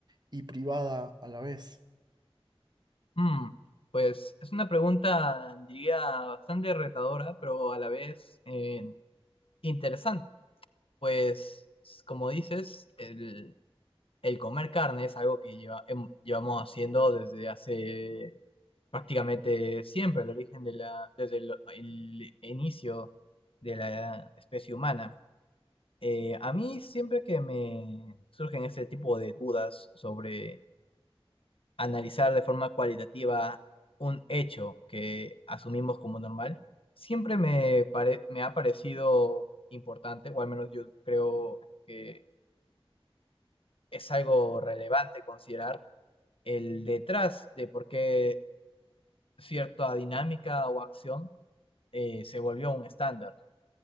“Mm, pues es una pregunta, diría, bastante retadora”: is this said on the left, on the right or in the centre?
Left